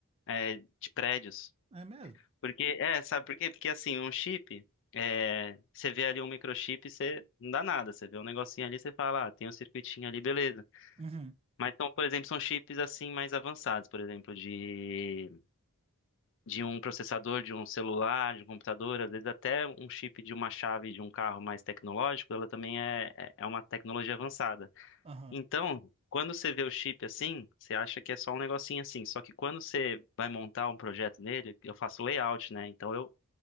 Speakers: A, on the left; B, on the right.
A: é, de prédios.
B: É mesmo?
A: Porque, é, sabe por quê? Porque, assim, um chip, é, você vê ali um microchip, você não dá nada, você vê um negocinho ali, você fala, ah, tem um circuitinho ali, beleza.
B: Uhum,
A: Mas, então, por exemplo, são chips, assim, mais avançados, por exemplo, de de um processador, de um celular, de um computador, às vezes até um chip de uma chave de um carro mais tecnológico, ela também é, é é uma tecnologia avançada.
B: aham,
A: Então, quando você vê o chip assim, você acha que é só um negocinho assim. Só que quando você vai montar um projeto nele, eu faço layout, né? Então eu,